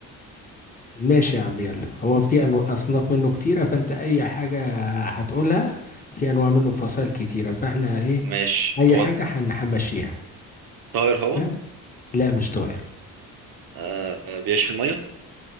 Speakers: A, on the left (about 20°); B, on the right (about 55°).
A: ماشي يا عم يلا هو في انواع اصناف منه كتيره فانت اي حاجه هتقولها في انواع منه فصائل كتيره فاحنا ايه
B: ماشي
A: اي
B: هو
A: حاجه هن- هنمشيها
B: طائر هو
A: تمام لا مش طائر
B: آه بيعيش في المية